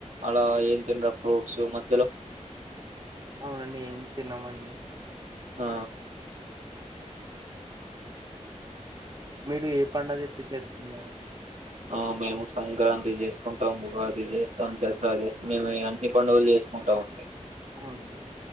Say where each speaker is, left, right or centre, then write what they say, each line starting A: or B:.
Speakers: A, on the right; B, on the right.
A: అలా ఏం తినరా ఫ్రూట్స్ మలో
B: అవునండి ఏం తిన్నామండి
A: ఆ
B: మీరు ఏ పడుగది ఎప్పుి చేస్తుకోడి
A: ఆ మేము సంక్రాంతి చేసుకుంటాము ఉగాది చేస్తాం దసరా చేస్తాం మేము అన్ని పండుగలు చేస్తాం ఉంటా ఉంటాయి
B: అవునండి